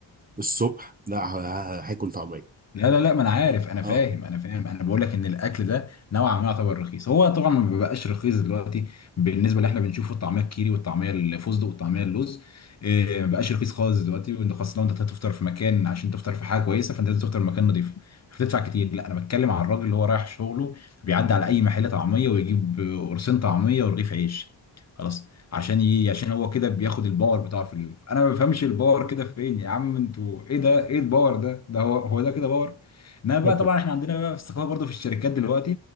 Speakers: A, on the right; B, on the left.
A: الصبح لا ه- ه- هاكل طعمية
B: لا لا لا ما انا عارف انا فاهم
A: اه
B: انا فاهم انا بقول لك ان الاكل ده نوعا ما يعتبر رخيص هو طبعا ما بيبقاش رخيص دلوقتي بالنسبه اللي احنا بنشوفه الطعميه الكيري والطعميه الفستق والطعميه اللوز إيه، ما بقاش رخيص خالص دلوقتي وانت خاصه لو انت هتفطر في مكان عشان تفطر في حاجه كويسه فانت لازم تفطر في مكان نظيف مش هتدفع كتير لا انا بتكلم على الراجل اللي هو رايح شغله بيعدي على اي محل طعميه ويجيب قرصين طعميه ورغيف عيش خلاص عشان ايه عشان هو كده بياخد الباور بتاعه في اليوم انا ما بفهمش الباور كده فين يا عم انتوا ايه ده ايه الباور ده ده هو هو ده كده باور انما بقى
A: <laughs>
B: طبعا احنا عندنا بقى في الثقافه برضو في الشركات دلوقتي